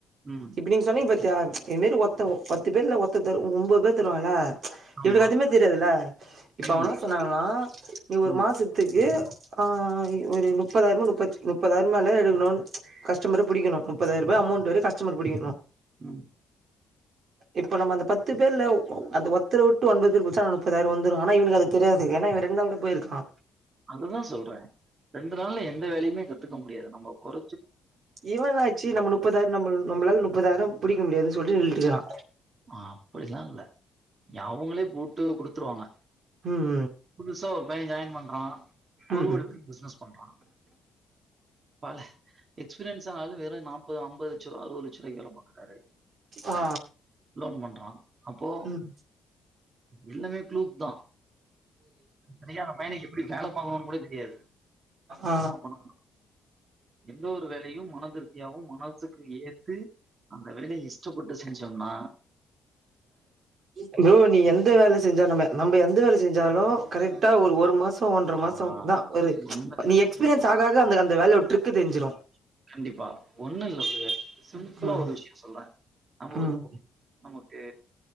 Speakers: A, on the right; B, on the right.
A: ம்.
B: இப்ப நீங்க சொ சொன்னிங் பாத்தியா இதுமாரி ஒத்த பத்து பேர்ல ஒர்த்தரு ஒம்பது பேர் தருவால
A: ஆமா.
B: இவனுக்கு எதுமே தெரியாதுல இப்ப அவங்கனா
A: ம்,
B: சொன்னாங்களா நீ ஒரு
A: ம்,
B: மாசத் துக்கு ஆ ஒரு முப்பதாயிரமோ முப்பத் முப்பதாயிரமால எடுக்கணு கஸ்டமரு புடிக்கனு முப்பதாயிரரூபா அமௌண்ட் வரை கஸ்டமர் புடிகனு
A: ம்
B: இப்ப நம்ம அந்த பத்து பேர்ல அந்த ஒத்தர வுட்டு ஒன்பது பேர் புச்சா முப்பதாயிர வந்துரு ஆனா இவனுக்கு அது தெரியாது ஏனா இவ ரெண் நாள் தான போயிருக்கா
A: அததா சொல்ற ரெண்டு நாள்ல எந்த வேலையுமே கத்துக்க முடியாது நம்ம கொற
B: இவள்நாச்சு நம்ம முப்பதாயி நம்ம நம்பளால முப்பதாயிரம் புடிக்க முடியாதுனு சொல்லிட்டு நின்ட்டுக்குறா
A: ஆ அப்டிலா இல்ல அவங்களே கூப்ட்டு குடுத்துருவாங்க
B: ம்
A: புதுசா ஒரு பைய ஜாயின் பண்றா
B: ம்
A: ஒரு
B: ம்
A: கோடி ரூபா பிசினஸ் பண்றா பல எக்ஸ்பீரியன்ஸ் ஆன ஆளு வெறு நாப்பது ஐம்பதுலட்ச ரூவா அறுவதுலட்ச ரூவாய்க்கு வேல பாக்குறாரு
B: ஆ
A: லோன் பண்றா அப்போ
B: ம்
A: எல்லாமே ப்ளூக்தா சரியா அந்த பையனு க்கு எப்டி வேல பாக்கணுனு கூட தெரியாது
B: ஆ ஆ
A: அப்ப எந்த ஒரு வேலையும் மனதிருப்தியாவும் மனசுக்கு ஏத்து அந்த வேலய இஷ்டப்பட்டு செஞ்சோனா
B: ப்ரோ நீ எந்த வேல செஞ்சாலும் நம்ம எந்த வேல செஞ்சாலும் கரெக்ட் டா ஒரு ஒரு மாசம் ஒன்ற
A: ஆ
B: மாசம் தா ஒரு
A: ஒண்ணு இல்ல
B: நீ எக்ஸ்பீரியன்ஸ்
A: உங்களுக்கு ஒரு
B: ஆக
A: காரணோ
B: ஆக அந்த அந்த வேலை ஒட ட்ரிக் தெரிஞ்சிரும்
A: கண்டிப்பா ஒண்ணு இல்ல பிரதர் சிம்பிளா
B: ம்
A: ஒரு விஷயம் சொல்றேன் நம்ம
B: ம்
A: ஒரு நமக்கு